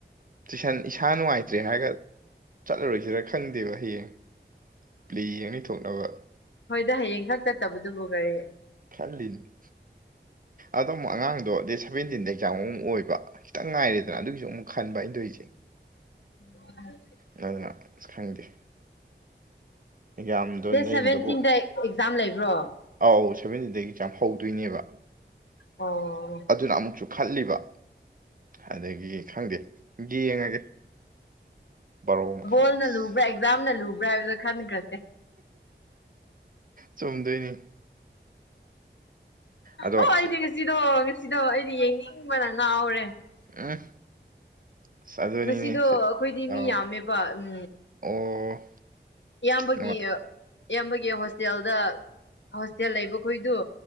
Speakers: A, on the right (about 50°); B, on the left (about 75°).
A: ꯇꯨꯏꯁꯟ ꯏꯁꯥ ꯅꯨꯡꯉꯥꯏꯇ꯭ꯔꯦ ꯍꯥꯏꯔꯒ ꯆꯠꯂꯔꯣꯏꯁꯤꯔ ꯈꯪꯗꯦꯕ ꯍꯌꯦꯡ ꯄ꯭ꯂꯦ ꯌꯦꯡ ꯂꯩꯊꯣꯛꯅꯕ
B: ꯍꯣꯏꯗ ꯍꯌꯦꯡ ꯈꯛ ꯆꯠꯇꯕꯗꯨꯕꯨ ꯀꯩ
A: ꯈꯜꯂꯤꯅꯤ ꯑꯗꯣꯃꯨꯛ ꯑꯉꯥꯡꯗꯣ ꯗꯦꯠ ꯁꯚꯦꯟꯇꯤꯟꯗ ꯑꯦꯛꯖꯥꯝ ꯃꯨꯛ ꯑꯣꯏꯕ ꯈꯤꯇꯪ ꯉꯥꯏꯔꯦꯗꯅ ꯑꯗꯨꯒꯤꯁꯨ ꯑꯃꯨꯛ ꯈꯟꯕ ꯑꯩ ꯇꯧꯏꯖꯦ
B: <unintelligible>
A: ꯅꯪꯅ ꯑꯁ ꯈꯪꯗꯦ ꯑꯦꯛꯖꯥꯝꯗꯣ
B: ꯗꯦꯠ
A: ꯂꯩꯔꯝꯗꯕꯨ
B: ꯁꯚꯦꯟꯇꯤꯟꯗ ꯑꯦꯛꯖꯥꯝ ꯂꯩꯕ꯭ꯔꯣ
A: ꯑꯧ ꯁꯦꯚꯦꯟꯇꯤꯗꯒꯤ ꯑꯦꯛꯖꯝ ꯍꯧꯗꯣꯏꯅꯦꯕ
B: ꯑꯣ
A: ꯑꯗꯨꯅ ꯑꯃꯨꯛꯁꯨ ꯈꯟꯂꯤꯕ ꯑꯗꯒꯤ ꯈꯪꯗꯦ ꯌꯦꯡꯉꯒꯦ ꯕꯥꯔꯣ ꯃꯈꯥꯏ
B: ꯕꯣꯜꯅ
A: ꯑꯁ
B: ꯂꯨꯕ꯭ꯔꯥ ꯑꯦꯛꯖꯥꯝꯅ ꯂꯨꯕ꯭ꯔꯥ ꯍꯥꯏꯕꯗꯣ ꯈꯟꯒ꯭ꯔꯖꯦ
A: ꯆꯨꯝꯗꯣꯏꯅꯤ ꯑꯗꯣ
B: ꯑꯣ ꯑꯩꯗꯤ
A: ꯁꯤ
B: ꯉꯁꯤꯗꯣ ꯉꯁꯤꯗꯣ ꯑꯩꯗꯤ ꯌꯦꯡꯅꯤꯡꯕꯅ ꯉꯥꯎꯔꯦ
A: ꯎꯝ ꯑꯁ ꯑꯗꯨꯅꯤꯅꯦ
B: ꯉꯁꯤꯗꯣ
A: ꯁꯤ
B: ꯑꯩꯈꯣꯏꯗꯤ
A: ꯑꯥꯎ
B: ꯃꯤ ꯌꯥꯝꯃꯦꯕ ꯎꯝ
A: ꯑꯣ
B: ꯏꯌꯥꯝꯕꯒꯤ
A: ꯅꯨꯡꯉꯥꯏ
B: ꯏꯌꯥꯝꯕꯒꯤ ꯍꯣꯁꯇꯦꯜꯗ ꯍꯣꯁꯇꯦꯜ ꯂꯩꯕꯈꯣꯏꯗꯨ